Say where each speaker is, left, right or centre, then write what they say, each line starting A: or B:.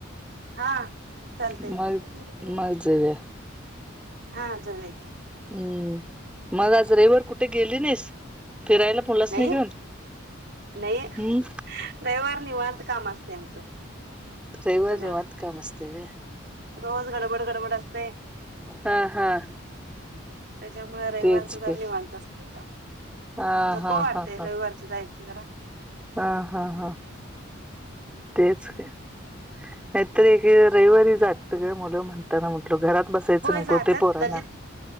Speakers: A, on the right (about 55°); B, in the centre.
A: हा चालत हे
B: मग
A: की,
B: मग जाऊया
A: हा जाऊ या की.
B: हूं मग आज रविववर कुठे गेली नाहीस, फिरायला मुलासनी
A: नही
B: घेऊन
A: नही रविवार
B: हम्म
A: निवांत काम असत आमचं.
B: रविवार
A: सगळं
B: निवांत काम असत ग.
A: रोज गडबड, गडबड असतय.
B: हा हा
A: त्याच्यामुळ रविवारच
B: तेच
A: जरा
B: की
A: निवांत असतय काम.
B: हा
A: नको
B: हा
A: वाटतय
B: हा हा
A: रविवारच जायचं जरा.
B: हा हा हा
A: हूं!
B: तेच की <inaudible> नाहीतर एक रविवारी जात ग मुलं म्हणताना, म्हटल घरात बसायचं
A: होय
B: नको
A: जातात
B: ते पोराना.
A: कधी